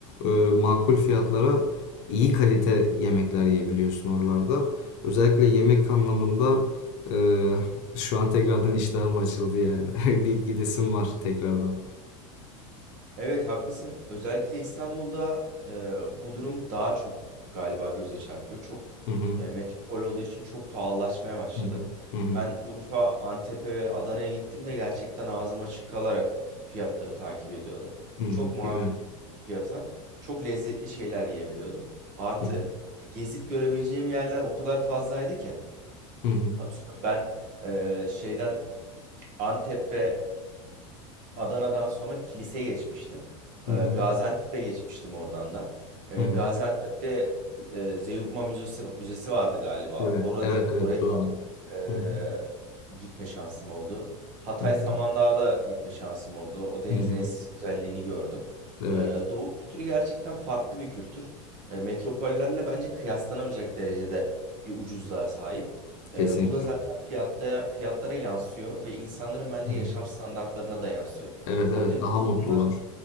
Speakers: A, on the left; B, on the right.
A: e, makul fiyatlara iyi kalite yemekler yiyebiliyorsun oralarda. Özellikle yemek anlamında e, şu an tekrardan iştahım açıldı yani. <laughs> Bir gidesim var tekrardan.
B: Evet haklısın. Özellikle İstanbul'da e, bu durum daha çok galiba göze çarpıyor. Çok
A: Hı hı.
B: e, metropol olduğu için çok pahalılaşmaya başladı.
A: Hı hı. Hı hı.
B: Ben Urfa, Antep'e ve Adana'ya gittiğimde gerçekten ağzım açık kalarak fiyatları takip ediyordum.
A: Hı hı.
B: Çok makul
A: Değil mi?
B: fiyata, çok lezzetli şeyler yiyebiliyordum. Artı
A: Hı hı.
B: e, gezip görebileceğim yerler o kadar fazlaydı ki.
A: Hı hı.
B: Atıyorum ben e, şeyden Antep ve Adana'dan sonra Kilis'e geçmiştim.
A: Hı
B: Ee,
A: hı.
B: Gaziantep'e geçmiştim oradan da. Ee,
A: Hı hı.
B: Gaziantep'te e, Zeugma Müzesi, Müzesi vardı galiba.
A: Evet.
B: Orada
A: Evet. Evet.
B: oraya
A: Doğru.
B: ee,
A: Hı hı.
B: gitme şansım oldu. Hatay
A: Hı hı.
B: Samandağ'da gitme şansım oldu. O denizin
A: Hı hı.
B: eşsiz güzelliğini gördüm.
A: Evet.
B: Ee, Doğu kültürü gerçekten farklı bir kültür. Ee, metropollerle bence kıyaslanamayacak derecede bir ucuzluğa sahip. Ee,
A: Kesinlikle.
B: bu da zaten fiyatta, fiyatlara yansıyor ve insanların bence
A: Hı hı.
B: yaşam standartlarına da yansıyor.
A: Evet.
B: Oradaki
A: Evet. Daha
B: insanlar
A: mutlular.